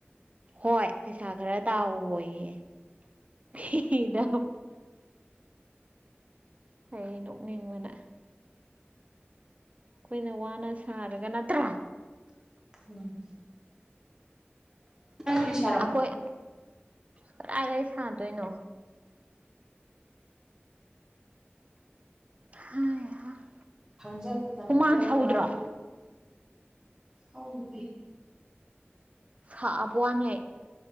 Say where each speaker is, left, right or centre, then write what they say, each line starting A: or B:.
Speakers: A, on the right (about 35°); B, on the right (about 15°).
A: ꯍꯣꯏ ꯄꯩꯁꯥ ꯈꯔ ꯇꯥꯎꯑꯣꯌꯦ ꯐꯤꯗ ꯑꯩ ꯅꯣꯛꯅꯤꯡꯕꯅ ꯈꯣꯏꯅ ꯋꯥꯅ ꯁꯥꯔꯒ ꯅꯠꯇ꯭ꯔꯥ
B: ꯎꯝ <unintelligible>
A: ꯑꯈꯣꯏ ꯀꯔꯥꯏꯗꯩ ꯁꯥꯗꯣꯏꯅꯣ <unintelligible>
B: ꯈꯪꯖꯗꯦꯗꯅ
A: ꯍꯨꯃꯥꯡ
B: ꯀꯌꯥꯝ
A: ꯁꯧꯗ꯭ꯔꯣ
B: ꯋꯥꯒꯦꯗ <unintelligible>
A: ꯁꯥꯕ ꯋꯥꯅꯦ